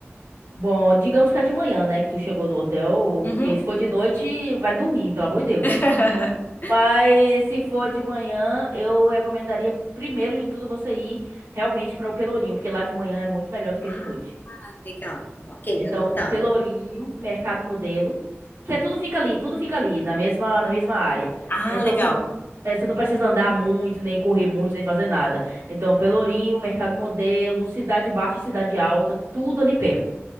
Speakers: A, on the right; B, on the left.
A: Bom, digamos que é de manhã, né, que tu chegou no hotel,
B: Uhum.
A: porque se for de noite, vai dormir, pelo amor de Deus.
B: <laughs>
A: Mas se for de manhã, eu recomendaria primeiro de tudo você ir realmente para o Pelourinho, porque lá de manhã é muito melhor do que
B: Ah,
A: de noite.
B: legal. Ok,
A: Então,
B: anotado.
A: Pelourinho, Mercado Modelo, que é tudo fica ali, tudo fica ali, na mesma, na mesma área.
B: Ah,
A: Então,
B: legal.
A: você não, é, você não precisa andar muito, nem correr muito, nem fazer nada. Então, Pelourinho, Mercado Modelo, Cidade Baixa e Cidade Alta, tudo ali perto.